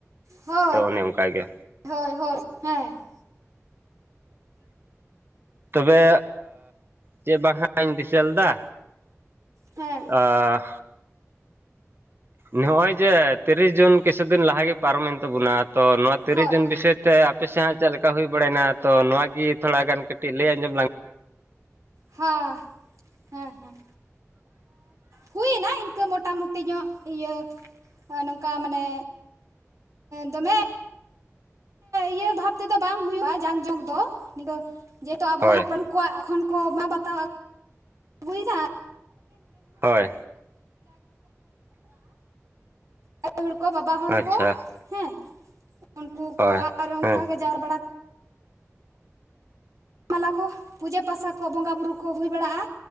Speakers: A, on the right; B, on the right.
A: ᱦᱳᱭ
B: ᱛᱚ ᱚᱱᱮ ᱚᱱᱠᱟᱟᱜᱮ
A: ᱦᱳᱭ ᱦᱳᱭ ᱦᱮᱸ
B: ᱛᱚᱵᱮ ᱪᱮᱫ ᱵᱟᱝ ᱦᱟᱸᱜ ᱤᱧ ᱫᱤᱥᱟᱹ ᱞᱮᱫᱟ
A: ᱦᱮᱸ
B: ᱟ--ᱟ ᱱᱚᱜ ᱚᱭ ᱡᱮ ᱛᱤᱨᱤᱥ ᱡᱩᱱ ᱠᱤᱪᱷᱩ ᱫᱤᱱ ᱞᱟᱦᱟᱜᱮ ᱯᱟᱨᱚᱢᱮᱱ ᱛᱟᱵᱚᱱᱟ ᱛᱚ ᱱᱚᱣᱟ ᱛᱤᱨᱤᱥ
A: ᱦᱳᱭ
B: ᱡᱩᱱ ᱵᱤᱥᱚᱭ ᱛᱮ ᱟᱯᱮᱥᱮᱫ ᱦᱟᱸ ᱪᱮᱫ ᱞᱮᱠᱟ ᱦᱩᱭ ᱵᱟᱲᱟᱭᱮᱱᱟ ᱛᱚ ᱱᱚᱣᱟᱣᱟᱜᱮ ᱛᱷᱚᱲᱟ ᱜᱟᱱ ᱠᱟᱹᱴᱤᱡ ᱞᱟᱹᱭ ᱟᱸᱡᱚᱢ ᱞᱟᱝᱼᱟ
A: ᱦᱚᱸ ᱦᱮᱸ ᱦᱮᱸ ᱦᱩᱭᱮᱱᱟ ᱤᱱᱠᱟᱹ ᱢᱚᱴᱟᱢᱩᱴᱤ ᱧᱚᱜ ᱤᱭᱟᱹ ᱱᱚᱝᱠᱟ ᱢᱟᱱᱮ ᱫᱚᱢᱮ ᱤᱭᱟᱹ ᱵᱷᱟᱵ ᱛᱮᱫᱚ ᱵᱟᱝ ᱦᱩᱭᱩᱜᱼᱟ ᱡᱟᱝ ᱡᱚᱝ ᱫᱚ ᱡᱮᱦᱮᱛᱩ ᱟᱵᱚ
B: ᱦᱳᱭ
A: ᱦᱟᱯᱲᱟᱢ ᱠᱚ ᱠᱚᱣᱟᱜ ᱠᱷᱚᱱ ᱠᱚ ᱢᱟ ᱵᱟᱛᱟᱣ ᱟᱜᱩ <unintelligible>
B: ᱦᱳᱭ
A: ᱟᱭᱳ ᱦᱚᱲ ᱠᱚ ᱵᱟᱵᱟ ᱦᱚᱲ
B: ᱟᱪᱪᱷᱟ
A: ᱠᱚ ᱦᱮᱸ ᱩᱱᱠᱩ
B: ᱦᱳᱭ
A: ᱠᱚ ᱟᱨ ᱚᱱᱠᱟᱜ
B: ᱦᱮᱸ
A: ᱜᱮ ᱡᱟᱣᱨᱟ ᱵᱟᱲᱟ <unintelligible> ᱠᱚ ᱯᱩᱡᱟᱹ ᱯᱟᱥᱟ ᱠᱚ ᱵᱚᱸᱜᱟ ᱵᱩᱨᱩ ᱠᱚ ᱦᱩᱭ ᱵᱟᱲᱟᱜᱼᱟ